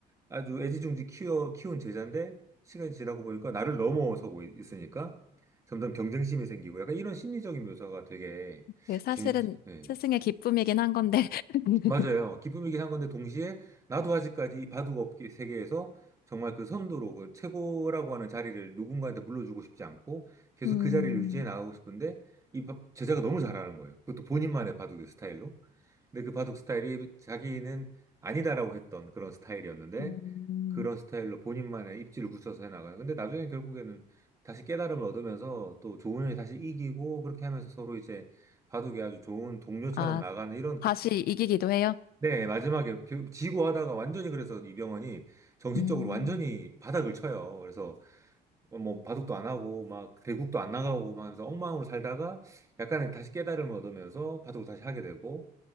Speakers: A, on the right (about 20°); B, on the left (about 65°).
A: 아주 애지중지 키워 키운 제자인데 시간이 지나고 보니까 나를 넘어서고 있- 있으니까 점점 경쟁심이 생기고 약간 이런 심리적인 묘사가 되게
B: 그게 사실은
A: 재밌지. 예.
B: 스승의 기쁨이긴 한 건데. <laughs>
A: 맞아요. 기쁨이긴 한 건데 동시에 나도 아직까지 이 바둑업계 세계에서 정말 그 선두로 그 최고라고 하는 자리를 누군가한테 물려주고 싶지 않고 계속
B: 음.
A: 그 자리를 유지해 나가고 싶은데 이 바- 제자가 너무 잘하는 거예요. 그것도 본인만의 바둑의 스타일로. 근데 그 바둑 스타일이 자기는 아니다라고 했던 그런 스타일이었는데
B: 음.
A: 그런 스타일로 본인만의 입지를 굳혀서 해나가는. 근데 나중에 결국에는 다시 깨달음을 얻으면서 또 좋은 형이 다시 이기고 그렇게 하면서 서로 이제 바둑이 아주 좋은 동료처럼
B: 아,
A: 나가는 이런
B: 다시 이기기도 해요?
A: 네, 마지막에 겨- 지고 하다가 완전히 그래서 이병헌이 정신적으로
B: 음.
A: 완전히 바닥을 쳐요. 그래서 뭐 바둑도 안 하고 막 대국도 안 나가고 막 하면서 엉망으로 살다가 약간의 다시 깨달음을 얻으면서 바둑을 다시 하게 되고